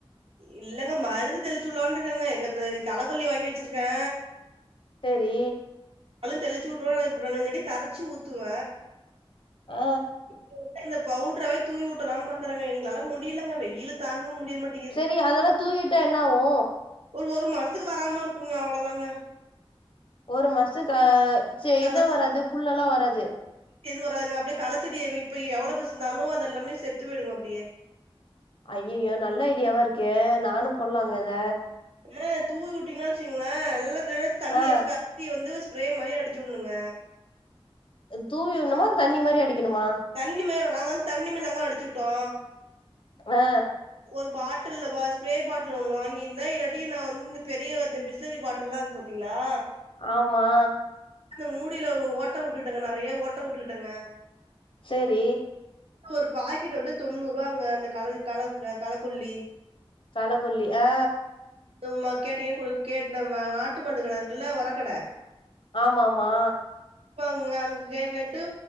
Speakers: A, on the right (about 75°); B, on the left (about 60°).
A: இல்லங்க மருந்து தெளிச்சு உள்ளான்னுட்டு இருக்கங்க எங்க அந்த களக்கொல்லி வாங்கி வெச்சிருக்கே
B: செரி
A: அளும் தெளிச்சி வுட்டுவ இப்ப நா முன்னாடி கரைச்சி ஊத்துவ
B: ஆ
A: இப்ப வந்து இந்த பவுட்ராவே தூவி உட்ருலானு பாக்குறாங்க எங்களால முடியலங்க வெயிலு தாங்க முடியமாட்
B: சரி அதெல்லா தூவிவிட்டா என்னாவு
A: ஒரு ஒரு மாச்த்துக்கு வராம இருக்குங்க அவ்ளோதாங்க
B: ஒரு மாச்த்துக்கு செரி
A: களைச்சு
B: எத வராது புல் எல்லா வராது
A: எது வராதுங்க அப்டியே களைச்சடி இப்ப எவ்ள பெர்சு இர்ந்தாலு அதெல்லாமே செத்து போயிடுங்க அப்டியே
B: ஐய்யய்யோ நல்ல ஐடியாவா இருக்கே நானு போட்லாங்க இத
A: ஏ தூவி விட்டீங்னா வச்சுங்ளே நல்லதுல தண்ணி
B: ஆ
A: வச்சுக்க குட்டி வந்து ஸ்ப்ரே மாரி அடிச்சு வுட்னுங்க
B: தூவி விட்ணுமா தண்ணி மாரி அடிக்கிணுமா
A: தண்ணி மேர்த நாங்க வந்து தண்ணி மேர்தாங்க அடிச்சுவிட்டோ
B: ஆ
A: ஒரு பாட்டில்ல ப ஸ்ப்ரே பாட்டில் ஒன்னு வாங்கிந்தே இல்லாட்டி நா வந்து இந்த பெரிய வந்து பிஸ்லரி பாட்டில்லா இருக் பாத் திங்ளா
B: ஆமா
A: அந்த மூடில ஓட்ட வுட்டுட்டேங்க நறைய ஓட்ட வுட்டுகிட்டேங்க
B: சரி
A: அப்ற ஒரு பாக்கெட் வந்து தொண்ணூறுவாங்க அந்த கள க களக்கொல்லி
B: களக்கொல்லி ஆ
A: து மா கேட்டீங்க குடு கேட்ன மா நாட்டு மருந்து கட இருக்குல்ல உர கட
B: ஆமமா
A: விப்பாங்கக அங்க கே கேட்டு